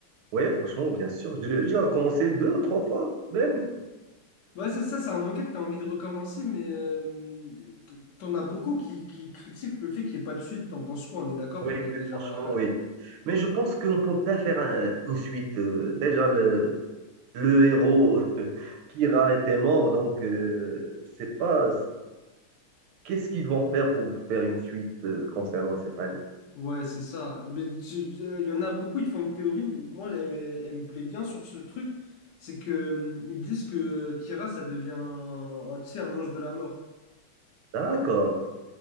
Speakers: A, on the right; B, on the left.
A: ouais, franchement, bien sûr. Je l'ai je l'ai commencé deux ou trois fois, même.
B: Ouais, c'est ça, c'est un manga que t'as envie de recommencer, mais euh, t- t'en as beaucoup qui, qui critiquent le fait qu'il n'y ait pas de suite. T'en penses quoi? On est d'accord
A: Oui,
B: qu'on a
A: oui,
B: déjà.
A: franchement, oui. Mais je pense qu'on ne peut pas faire un- une suite. euh, déjà, le, le héros <laughs> Kira était mort, donc euh, c'est pas... Qu'est-ce qu'ils vont faire pour faire une suite euh, concernant cette année?
B: Ouais, c'est ça. Mais tu- tu- euh, il y en a beaucoup, ils font une théorie. Moi, elle, elle me plaît bien sur ce truc. C'est que euh, ils disent que Kira, ça devient un, un tu sais, un ange de la mort.
A: D'accord,